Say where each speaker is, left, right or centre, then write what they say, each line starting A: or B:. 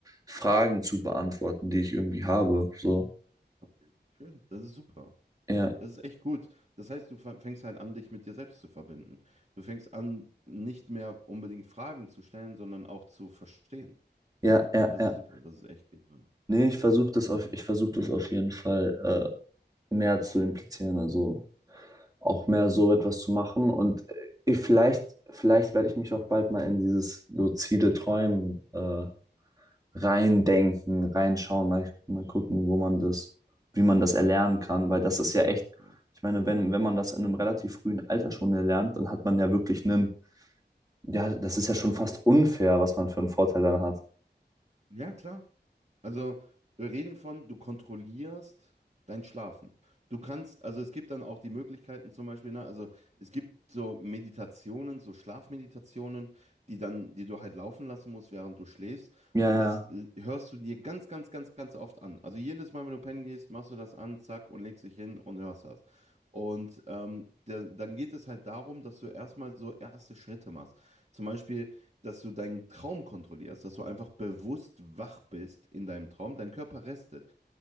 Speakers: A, on the right (about 20°); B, on the right (about 40°).
A: Fragen zu beantworten, die ich irgendwie habe. So,
B: okay. Schön, das ist super.
A: ja,
B: Das ist echt gut. Das heißt, du fa- fängst halt an, dich mit dir selbst zu verbinden. Du fängst an, nicht mehr unbedingt Fragen zu stellen, sondern auch zu verstehen.
A: ja, ja,
B: Das
A: ja.
B: ist super, das ist echt genial.
A: Nee, ich versuche das auf, ich versuche das auf jeden Fall äh, mehr zu implizieren, also auch mehr so etwas zu machen und äh, ich, vielleicht, vielleicht werde ich mich auch bald mal in dieses luzide Träumen äh, reindenken, reinschauen, mal, mal gucken, wo man das, wie man das erlernen kann, weil das ist ja echt,
B: Ja,
A: ich meine, wenn, wenn man das in einem relativ frühen Alter schon erlernt, dann hat man ja wirklich einen, ja, das ist ja schon fast unfair, was man für einen Vorteil dann hat.
B: ja klar. Also, wir reden von, du kontrollierst dein Schlafen. Du kannst, also es gibt dann auch die Möglichkeiten zum Beispiel, ne, also es gibt so Meditationen, so Schlafmeditationen, die dann, die du halt laufen lassen musst, während du schläfst.
A: Ja,
B: Und
A: ja,
B: das l- hörst du dir ganz, ganz, ganz, ganz oft an. Also jedes Mal, wenn du pennen gehst, machst du das an, zack, und legst dich hin und hörst das. Und ähm, der, dann geht es halt darum, dass du erstmal so erste Schritte machst. Zum Beispiel, dass du deinen Traum kontrollierst, dass du einfach bewusst wach bist in deinem Traum, dein Körper restet.